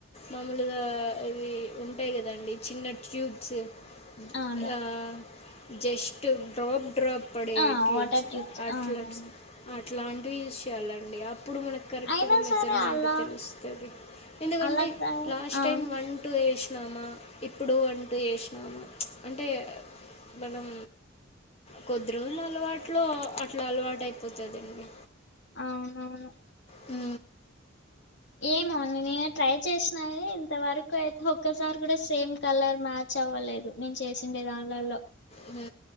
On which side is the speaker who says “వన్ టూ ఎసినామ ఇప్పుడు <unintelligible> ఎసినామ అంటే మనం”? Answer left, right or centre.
Left